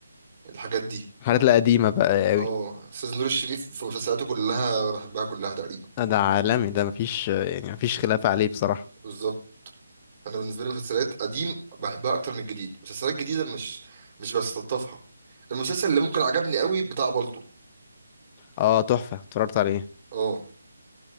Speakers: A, on the right; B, on the left.
A: الحاجات دي
B: الحاجات القديمه بقى قوي
A: اه استاذ نور الشريف في مسلسلاته كلها بحبها كلها تقريبا
B: ده عالمي ده مفيش يعني مفيش خلاف عليه بصراحه
A: بالظبط فانا بالنسبه لي مسلسلات قديم بحبها اكتر من الجديد مسلسلات جديده مش مش بستلطفها المسلسل اللي ممكن عجبني قوي بتاع بالطو
B: اه تحفه اتفرجت عليه
A: اه